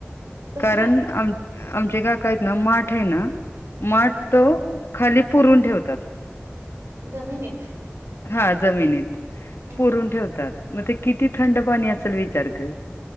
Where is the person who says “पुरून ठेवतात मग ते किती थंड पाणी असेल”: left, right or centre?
Left